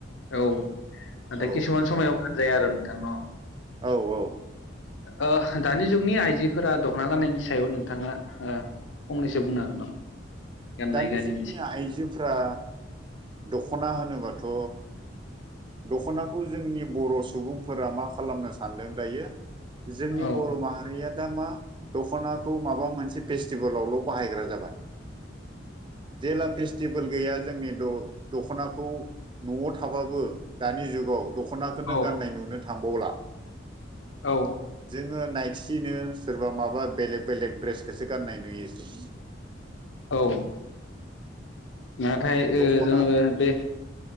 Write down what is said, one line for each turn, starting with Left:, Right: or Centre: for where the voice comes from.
Left: औ नाथाय
Right: औ
Left: किसुमान समायाव गानजाया आरो नोंथां अ
Right: औ औ
Left: ओ दानि जुगनि आइजोफोरा दख'ना गाननायनि सायाव नोंथाङा ओ फंनैसो बुंनो हागोन नामा गाननाय
Right: दानि
Left: गानैनि
Right: जुगनि आइजोफोरा दख'ना होनोबाथ' दख'नाखौ जोंनि बर' सुबुंफोरा मा खालामनो सानदों दायो
Left: सायाव?
Right: जोंनि बर' माहारिया दा मा दख'नाखौ माबा मोनसे फेस्टिभेलावल' बाहायग्रा जाबाय जेला फेस्टिभेल गैया। जोंनि द' दख'नाखौ न'आव थाबाबो। दानि जुगाव दख'नाखौनो
Left: औ
Right: गाननाय नुनो थांबावला।
Left: औ
Right: जोंङो नायखिनो सोरबा माबा बेलेग बेलेग दड्रेसखौसो गाननाय नुयो जों
Left: औ नाथाय ओ
Right: दख'ना
Left: जोङो बे,